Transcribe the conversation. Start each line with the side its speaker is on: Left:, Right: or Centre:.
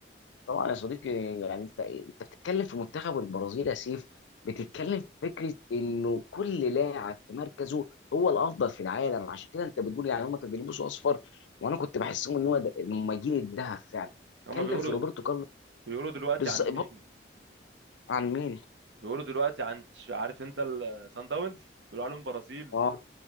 Left: طبعا يا صديقي يعني انت انت بتتكلم في منتخب البرازيل يا سيف بتتكلم في فكره انه كل لاعب في مركزه هو الافضل في العالم عشان كده انت بتقول يعني هم كانوا بيلبسوا اصفر وانا كنت بحسهم ان هو ده- هم جيل الذهب فعلا
Right: هما
Left: اتكلم
Right: بيقولوا
Left: في روبرتو كارلوس
Right: بيقولوا دلوقتي
Left: بالظبط
Right: عن مين
Left: عن مين؟
Right: بيقولوا دلوقتي عن تش- عارف انت السان داونز بيقولوا عليهم برازيل
Left: اه